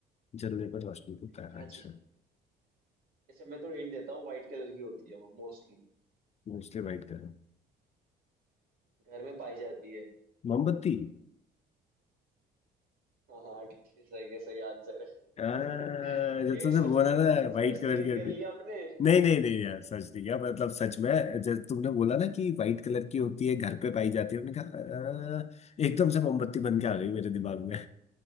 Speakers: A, on the left; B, on the right.
A: जलने पर रोशनी होता
B: ऐसी
A: है
B: क्या
A: हाँ, अच्छा
B: चीज है जैसे मैं तो हिंट देता हूँ व्हाइट कलर की होती है वो मोस्टली
A: Mostly white colour
B: घर में पाई जाती है
A: मोमबत्ती
B: हाँ हाँ ठीक- सही है सही आंसर है <laughs>
A: अ, जब
B: ये
A: तुमने
B: सर्च
A: बोला
B: तो
A: ना वाइट
B: सर्च
A: कलर
B: तो नहीं
A: की होती
B: कर लिया आपने
A: नहीं नहीं नहीं यार सच नहीं यार मतलब सच में जैसे तुमने बोला ना कि व्हाइट कलर की होती है घर पे पाई जाती है मैंने कहा "अ, एकदम से मोमबत्ती बन के आ गई मेरे दिमाग में